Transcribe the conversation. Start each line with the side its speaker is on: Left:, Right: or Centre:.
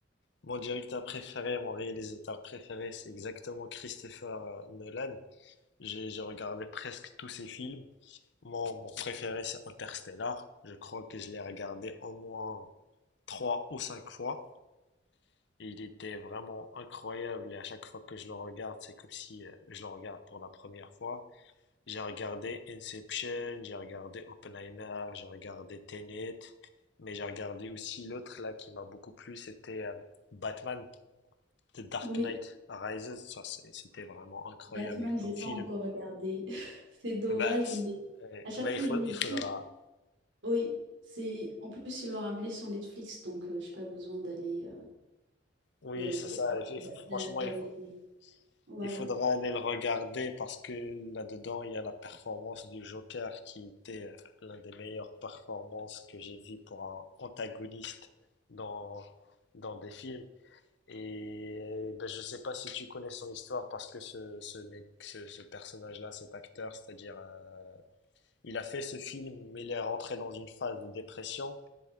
Left: mon directeur préféré, mon réalisateur préféré, c'est exactement Christopher euh, Nolan. J'ai j'ai regardé presque tous ces films. Mon, mon préféré, c'est Interstellar. Je crois que je l'ai regardé au moins trois ou cinq fois. Et il était vraiment incroyable. Et à chaque fois que je le regarde, c'est comme si euh, je le regarde pour la première fois. J'ai regardé Inception, j'ai regardé Oppenheimer, j'ai regardé Tenet. Mais j'ai regardé aussi l'autre là qui m'a beaucoup plu, c'était euh, Batman, The Dark
Right: Oui,
Left: Knight Rises. Ça, c'est- c'était vraiment incroyable
Right: Batman, j'ai
Left: comme
Right: pas
Left: film.
Right: encore regardé. <laughs> C'est dommage,
Left: Bah, si-
Right: mais
Left: ouais.
Right: à chaque
Left: Bah, il
Right: fois,
Left: faut,
Right: je me
Left: il
Right: dis,
Left: faudra.
Right: oui, c'est en plus, ils l'ont ramené sur Netflix, donc je j'ai pas besoin d'aller.
Left: Oui,
Right: d'al-
Left: c'est
Right: d'a-
Left: ça. Il faut- franchement,
Right: d'a- d'aller.
Left: il faut,
Right: Voilà.
Left: il faudra aller le regarder parce que là-dedans, il y a la performance du Joker qui était euh, l'un des meilleures performances que j'ai vues pour un antagoniste dans, dans des films. Et ben, je sais pas si tu connais son histoire parce que ce, ce, mec- ce, ce personnage-là, cet acteur, c'est-à-dire, euh, il a fait ce film, mais il est rentré dans une phase de dépression.